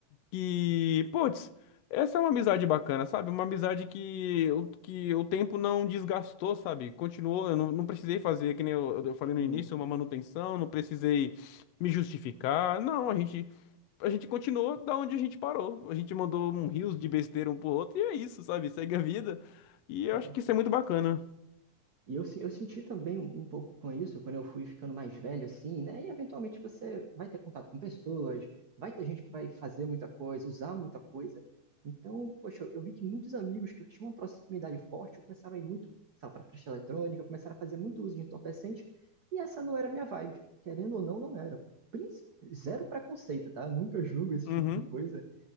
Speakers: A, on the left; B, on the right.
A: que, putz, essa é uma amizade bacana, sabe? Uma amizade que, o- que o tempo não desgastou, sabe? Continuou, eu não, não precisei fazer, que nem eu, eu falei no início,
B: Sim.
A: uma manutenção, não precisei me justificar. Não, a gente, a gente continuou da onde a gente parou. A gente mandou um rios de besteira um pro outro e é isso, sabe? Segue a vida. E eu
B: É.
A: acho que isso é muito bacana.
B: E eu, se- eu senti também um, um pouco com isso, quando eu fui ficando mais velho, assim, né? E eventualmente você vai ter contato com pessoas, vai ter gente que vai fazer muita coisa, usar muita coisa. Então, poxa, eu vi que muitos amigos que eu tinha uma proximidade forte começaram a ir muito, sabe, para festa eletrônica, começaram a fazer muito uso de entorpecente, e essa não era a minha vibe. Querendo ou não, não era. Princ- Zero preconceito, tá? Nunca julgo esse
A: Uhum.
B: tipo de coisa.